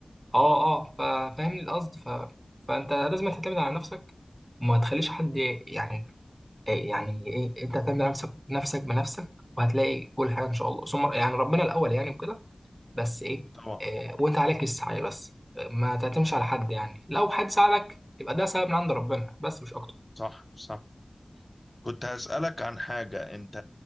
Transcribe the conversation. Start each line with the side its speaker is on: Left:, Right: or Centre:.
Right: اه اه ففاهمني القصد ف... فانت لازم تعتمد على نفسك وما تخليش حد يعني إيه يعني ايه انت هتعمل نفسك نفسك بنفسك وهتلاقي كل حاجه ان شاء الله ثم يعني ربنا الاول يعني وكده بس ايه,
Left: طبعا
Right: إيه وانت عليك السعي بس إيه، ما تعتمدش على حد يعني لو حد ساعدك يبقى ده سبب من عند ربنا بس مش اكتر
Left: صح صح كنت هسألك عن حاجة انت